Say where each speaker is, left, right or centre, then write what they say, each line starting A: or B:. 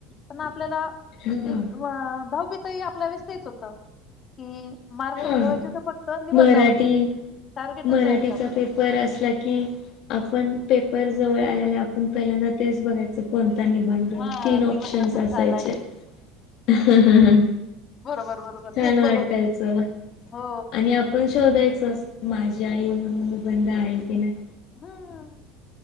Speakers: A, on the left; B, on the left.
A: पण आपल्याला
B: हा
A: एक व दहावीतही आपल्या वेळेस तेच होत की मार्क
B: हा
A: मिळवायचे होते फक्त निबंधामध्ये
B: मराठी
A: टार्गेटच
B: मराठीचा
A: राहायचं आपलं.
B: पेपर असला की, आपण पेपर जवळ आल्याआल्या आपण पहिल्यांदा तेच बघायचं पण त्या निबंध वर
A: हा
B: तीन ऑप्शन्
A: निबंध कोणता
B: असायचेहा
A: आलाय.
B: हाहाहा
A: बरोबर बरोबर
B: छान
A: तेच
B: वाटायचं
A: बघायचे हो
B: आणि आपण शोधायचचं माझी आई म्हणून निबंध आहे की नाही
A: हम्म.